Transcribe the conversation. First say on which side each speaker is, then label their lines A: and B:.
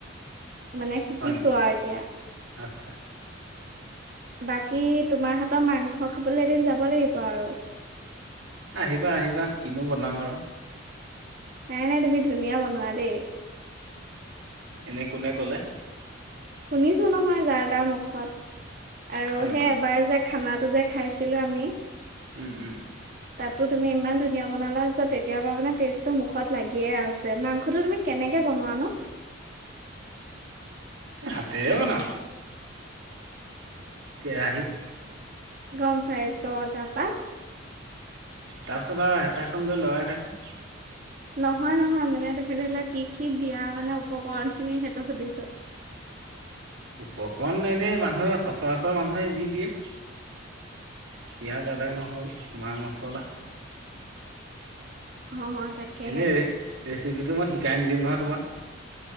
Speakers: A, on the right (about 45°); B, on the right (about 80°).
A: মানে শিকিছো
B: হয় নেকি?
A: আৰু এতিয়া
B: আচ্ছা,
A: বাকী তোমাৰ হাতৰ মাংস খাবলৈ এদিন যাব লাগিব আৰু।
B: আহিবা আহিবা কিনো বনাও আৰু।
A: নাই নাই তুমি ধুনিয়া বনোৱা দেই।
B: এনে কোনে ক'লে।
A: শুনিছো নহয় যাৰ তাৰ মুখত। আৰু
B: হয় নেকি?
A: সেই এবাৰ যে খানাটো যে খাইছিলো আমি,
B: উম উম
A: তাতো তুমি ইমান ধুনীয়া বনালা, তেতিয়াৰ পৰা মানে টেষ্টটো মুখত লাগিয়ে আছে মাংসটো তুমি কেনেকে বনোৱা নো?
B: হাতেৰে বনাও কেৰাহিত
A: গম পাই চো অঁ তাৰপা
B: তাৰপিছত আৰু হেতাখন লৈ লৰাই থাকো।
A: নহয় নহয় মানে তুমি ধৰি লোৱা কি কি দিয়া মানে উপকৰণ খিনি সেইটো সুধিছো।
B: উপকৰণ এনে মানুহে সচৰাচৰ মানুহে যি দিয়ে। পিঁয়াজ আদা নহৰু মা মচলা।
A: অ অ তাকে
B: এনেই ৰে ৰেচিপিটো মই শিকাই নিদিম নহয়- তোমাক।